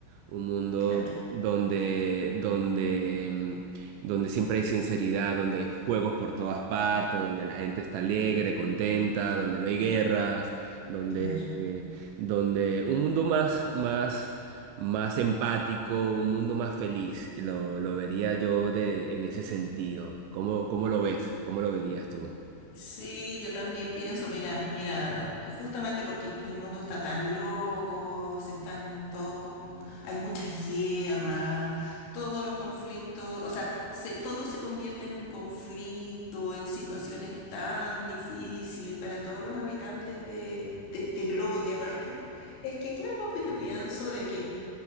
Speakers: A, on the right; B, on the left.
A: un mundo
B: claro,
A: donde, donde, mm, donde siempre hay sinceridad, donde hay juegos por todas partes, donde la gente está alegre, contenta, donde no hay guerras, donde,
B: claro.
A: donde un mundo más, más más empático, un mundo más feliz, que lo, lo vería yo de, en ese sentido. ¿Cómo, cómo lo ves? ¿Cómo lo verías tú?
B: Sí, yo también pienso, mira, mira, justamente porque el mundo está tan loco, se están todos con, hay muchas guerras, todos los conflictos, o sea, se- todo se convierte en un conflicto, en situaciones tan difíciles para todos los habitantes de, de este globo terráqueo, es que claro, pues yo pienso de que